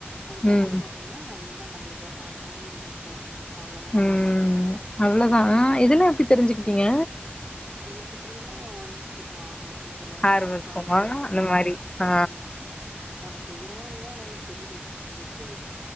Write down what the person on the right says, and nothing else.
அது கடேசில
பாத்தீங்னா நல்லா நம்மளுக்கு சாப்ட்டாவே இனிப்பா இருக்கு அவ்வளோதான்.
எனக்கு இதுலல்லா வந்து கொஞ்ச ஆர்வொ இதுல
ஆர்
கானிக் ஐட்டங்க
ஆமா நம்ம செய்யறோமோ இல்லையா அதெல்லா தெரிஞ்சு வச்சுக்கணு எப்டி